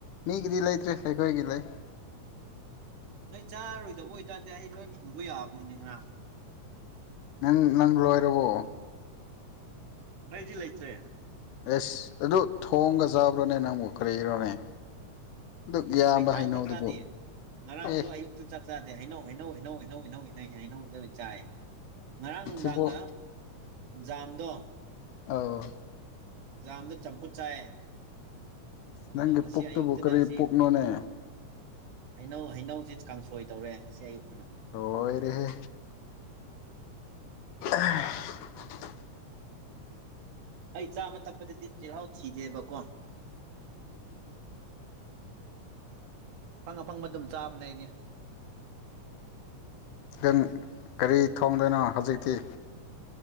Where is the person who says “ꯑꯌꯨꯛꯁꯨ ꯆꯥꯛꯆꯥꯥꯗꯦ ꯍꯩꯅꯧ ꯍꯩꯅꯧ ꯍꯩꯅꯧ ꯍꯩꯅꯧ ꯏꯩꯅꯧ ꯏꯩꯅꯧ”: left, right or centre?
Right